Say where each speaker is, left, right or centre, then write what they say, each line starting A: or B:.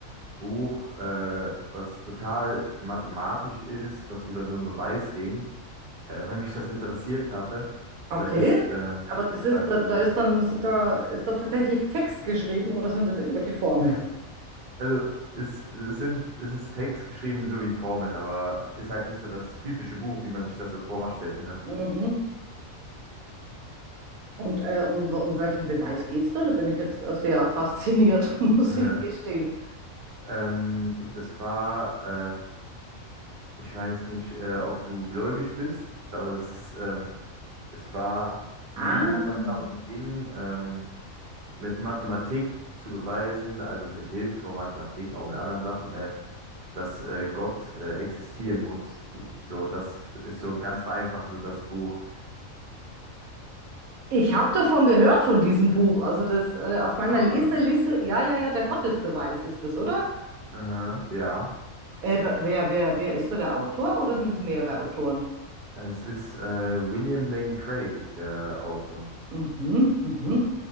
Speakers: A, on the right; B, on the right.
A: Buch, äh, was total mathematisch ist, was über so einen Beweis ging, äh, weil mich das interessiert hatte.
B: Okay,
A: Das ist äh,
B: aber das ist,
A: äh,
B: da, da ist dann, sind da, ist da tatsächlich Text geschrieben oder sind das irgendwelche Formeln?
A: <laughs> Also es, es sind, es ist Text geschrieben so wie Formeln, aber ist halt nicht so das typische Buch, wie man sich das so vorstellt, ne?
B: Mhm. Und äh, um, um welchen Beweis geht's da? Da bin ich jetzt äh, sehr fasziniert, <laughs> muss
A: Mhm.
B: ich gestehen.
A: Ähm, es war, äh, ich weiß nicht, äh, ob du gläubig bist, aber das ist, ähm, es war ein
B: Ah,
A: Buch, was darum ging, ähm, mit Mathematik zu beweisen, also mit Hilfe von Mathematik, auch mit anderen Sachen, äh, dass äh, Gott äh, existieren muss. So, das ist so ganz vereinfacht so das Buch.
B: ich habe davon gehört von diesem Buch. Also das äh, auf meiner
A: Ah,
B: Leseliste, ja, ja, ja, der Gottesbeweis ist das, oder?
A: aha, ja.
B: Äh, wer, wer, wer wer ist da der Autor oder sind es mehrere Autoren?
A: Es ist äh, William Lane Craig ist der Autor.
B: Mhm, mhm.